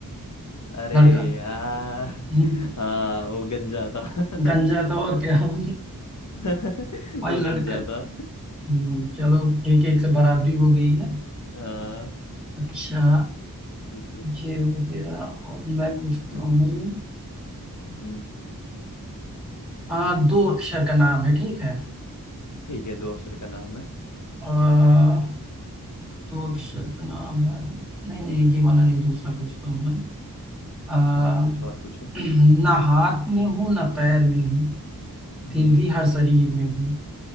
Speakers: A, on the left; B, in the centre.
A: अरे
B: लड़का
A: यार
B: हम्म,
A: <laughs> हाँ वो गंजा था <laughs>
B: गंजा था और क्या <laughs>
A: <laughs>
B: भाई
A: वो
B: लड़का
A: गंजा था
B: हम्म, चलो एक एक से बराबरी हो गई है
A: आ,
B: अच्छा
A: पूछो
B: ये हो गया और मैं पूछता
A: हम्म
B: हूँ
A: हम्म,
B: अ, दो अक्षर का नाम है ठीक है
A: ठीक है दो अक्षर का नाम है
B: आ, दो अक्षर का नाम है नहीं नहीं ये वाला नहीं दूसरा पूछता हूँ मैं आ,
A: हाँ कुछ और पूछो
B: <clears throat> ना हाथ में हूँ ना पैर में हूँ
A: हम्म
B: फिर भी हर शरीर में हूँ